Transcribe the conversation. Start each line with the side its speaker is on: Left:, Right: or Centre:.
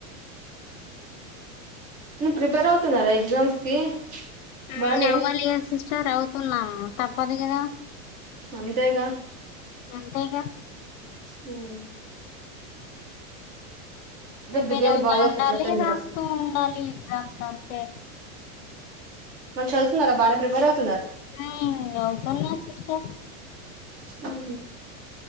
Right: ను ప్రిపేర్ అవుతున్నారా ఎగ్జామ్స్ కి
Left: హ్మ్మ్
Right: బానే
Left: అవ్వాలిగా సిస్టర్ అవుతున్నా తప్పదు కదా
Right: అంతేగా
Left: అంతేగా
Right: హ్మ్మ్
Left: తిరుగుతూ
Right: బిర్యానీ బాగా చేస్తారు
Left: ఉండాలి
Right: అట్లయితే మీరు
Left: రాస్తూ ఉండాలి ఎగ్జామ్స్ అంతే
Right: మరి చదువుతున్నారా బానే ప్రిపేర్ అవుతు
Left: ఆ అవుతుంద్లే సిస్టర్
Right: ఉహ్